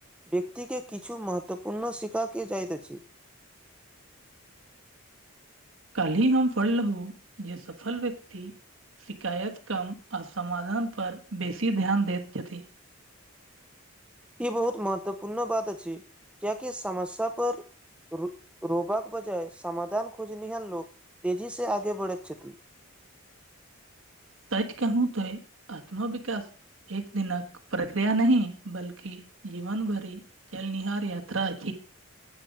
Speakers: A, in the centre; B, on the right.
A: व्यक्ति के किछ महत्वपूर्ण शिखा क जाइत अछि
B: काल्हि हम पढ़लहु जे सफल व्यक्ति शिकायत कम आ समाधानपर बेसी ध्यान दै छथि
A: ई बहुत महत्वपूर्ण बात छै कियाकि समस्या पर रो रोबाक बजाय समाधान खोजनिहार लोक तेजीसँ आगे बढ़ै छथिन
B: सच कहू तो आत्मविश्वास एक दिनक प्रक्रिया नइ बल्कि जीवन भरि चलनिहार यात्रा अ